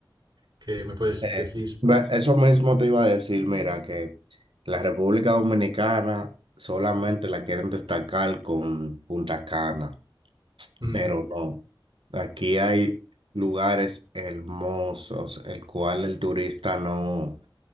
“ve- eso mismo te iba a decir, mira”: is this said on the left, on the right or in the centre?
Right